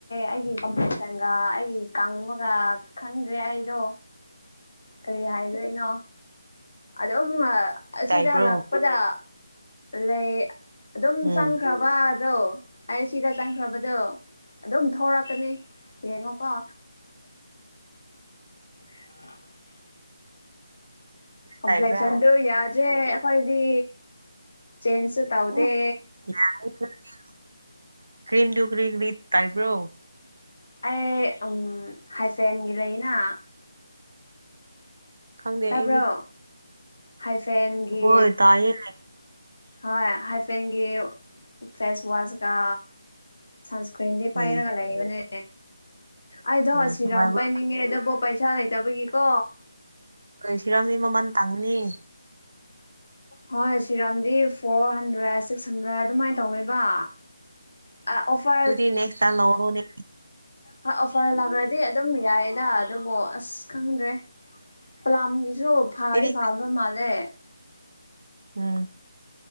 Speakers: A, on the left; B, on the right.
A: ꯑꯩꯒꯤ ꯀꯝꯄ꯭ꯂꯦꯛꯁꯟꯒ ꯑꯩꯒꯤ ꯀꯪꯕꯒ ꯈꯪꯗ꯭ꯔꯦ ꯑꯩꯗꯣ ꯀꯔꯤ ꯍꯥꯏꯗꯣꯏꯅꯣ ꯑꯗꯨꯝ ꯑꯁꯤꯗ
B: ꯇꯥꯏꯕ꯭ꯔꯣ
A: ꯂꯥꯛꯄꯗ ꯂꯩ ꯑꯗꯨꯝ
B: ꯎꯝ
A: ꯆꯪꯈ꯭ꯔ ꯋꯥꯗꯣ ꯑꯩ ꯁꯤꯗ ꯆꯪꯈ꯭ꯔꯕꯗꯣ ꯑꯗꯨꯝ ꯊꯧꯔꯛꯀꯅꯤ ꯌꯦꯡꯉꯣꯀꯣ <inaudible> ꯀꯕ꯭ꯂꯦꯛꯁꯟ
B: ꯇꯥꯏꯕ꯭ꯔꯥ
A: ꯌꯥꯗꯦꯗꯤ ꯆꯦꯟꯁꯁꯨ ꯇꯥꯎꯗꯦ
B: ꯎꯝ <unintelligible>
A: ꯑꯩ ꯍꯥꯏꯐꯦꯟꯒꯤ ꯂꯩꯅ
B: ꯈꯪꯗꯦ
A: ꯇꯥꯕ꯭ꯔꯣ
B: ꯑꯩꯗꯤ
A: ꯍꯥꯏꯐꯦꯟꯒꯤ
B: ꯍꯣꯏ ꯇꯥꯏꯌꯦ
A: ꯍꯣꯏ ꯍꯥꯏꯐꯦꯟꯒꯤ ꯐꯦꯁꯋꯥꯁꯀ ꯁꯟꯁꯀ꯭ꯔꯤꯟꯗꯤ ꯄꯥꯏꯔꯒ
B: ꯎꯝ
A: ꯂꯩꯕꯅꯦ ꯑꯩꯗꯣ
B: ꯍꯣꯏ
A: ꯁꯤꯔꯥꯝ
B: ꯅꯨꯡꯉꯥꯏꯕ꯭ꯔꯣ
A: ꯄꯥꯏꯅꯤꯡ ꯅꯤꯡꯉꯦ ꯑꯗꯨꯕꯨ ꯄꯩꯁꯥ ꯂꯩꯇꯕꯒꯤꯀꯣ
B: ꯀꯩ ꯁꯤꯔꯝꯅꯤ ꯃꯃꯜ ꯇꯥꯡꯕꯅꯤ
A: ꯍꯣꯏ ꯁꯤꯔꯝꯗꯤ ꯐꯣꯔ ꯍꯟꯗ꯭ꯔꯦꯠ ꯁꯤꯛꯁ ꯍꯟꯗ꯭ꯔꯦꯠ ꯑꯗꯨꯃꯥꯏꯅ ꯇꯧꯌꯦꯕ ꯑ ꯑꯣꯐ
B: ꯗꯨꯗꯤ ꯅꯦꯛꯁ ꯇꯜ ꯅꯧꯔꯣ ꯅ
A: ꯍ ꯑꯣꯐꯔ ꯂꯥꯛꯈ꯭ꯔꯗꯤ ꯑꯗꯨꯝ ꯌꯥꯏꯗ ꯑꯗꯨꯕꯨ ꯑꯁ ꯈꯪꯗ꯭ꯔꯦ ꯄꯂꯥꯝꯒꯤꯁꯨ ꯐꯥꯗꯤ
B: ꯑꯩꯗꯤ
A: ꯐꯥꯕ ꯃꯥꯜꯂꯦ
B: ꯎꯝ